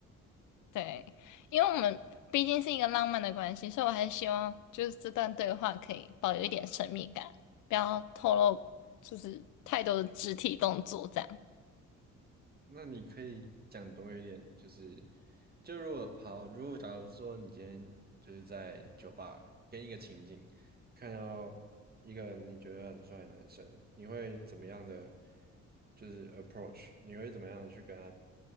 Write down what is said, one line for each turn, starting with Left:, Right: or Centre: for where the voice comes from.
Left: 对，因为我们毕竟是一个浪漫的关系，所以我还是希望就是这段对话可以保留一点神秘感，不要透露就是太多的肢体动作这样。
Right: 那你可以讲多一点，就是就如果好，如果假如说你今天就是在酒吧跟一个情景，看到一个你觉得很帅的男生，你会怎么样的就是 approach？你会怎么样的去跟他